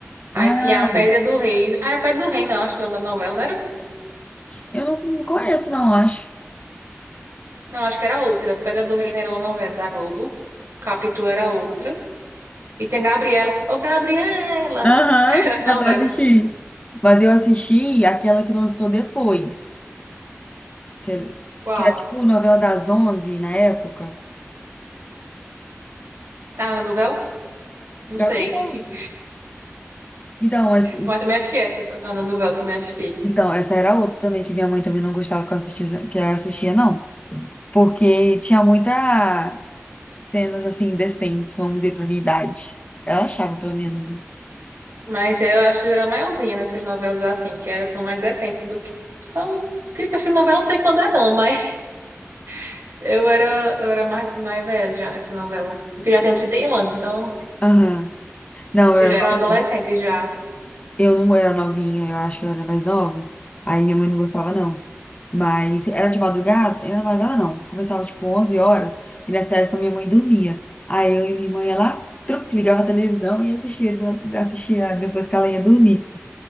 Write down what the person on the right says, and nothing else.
Aí
tinha a Pedra do Reino. Ah, Era Pedra do Reino, eu acho o nome da novela, não era?
Não, acho que era outra. Pedra do Reino era uma novela da Globo. Capitu era outra. E tem a Gabriela. Ô, Gabriela!
<laughs> As novelas.
Uau.
Tá, Ana do Não
sei. <laughs>
Mas também assisti essa Ana do Véu, também assisti.
Mas é, eu acho que era maiorzinha nessas novelas assim, que elas são mais recentes do que são. Tipo, essa novela eu não sei quando é não, mas <laughs> eu era, eu era mais, mais velha já nessa novela. Porque eu já tenho 31 anos, então
acho
que
já era
um adolescente já.